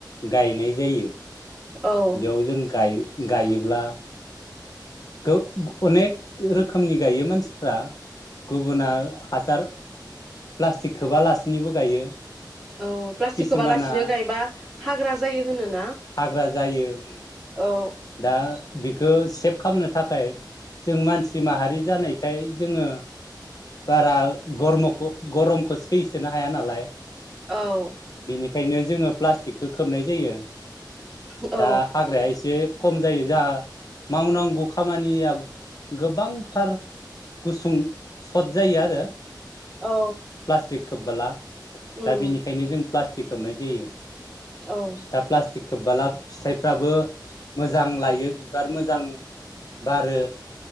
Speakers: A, on the left; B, in the centre.
A: गायनाय जायो।
B: औ
A: बेयाव जों गायो गायोब्ला गो अनेक रोखोमनि गायो मानसिफ्रा गुबुना हासार प्लास्टिक खोबालासिनोबो गायो।
B: औ प्लास्टिक
A: किसुमाना
B: खौबालासिनो गायबा हाग्रा जायो होनोना
A: हाग्रा जायो उम
B: औ
A: दा बिखौ सेभ खालामनो थाखाय जों मानसि माहारि जानायखाय जोङो बारा गरमोखौ गरमखौ सैसोनो हाया नालाय।
B: औ
A: बेनिखायनो जोङो प्लास्टिकखौ खोबनाय जायो।
B: औ
A: दा हाग्राया एसे खम जायो जा। मावनांगौ खामानिया गोबांथार गुसुं सर्ट जायो आरो।
B: औ
A: प्लास्टिक खोबबोला
B: उम
A: दा बिनिखायनो जों प्ला स्टिक खोबनाय जायो।
B: औ
A: दा प्लास्टिक खोबबाला फिथाइफ्राबो मोजां लायो बिबार मोजां बारो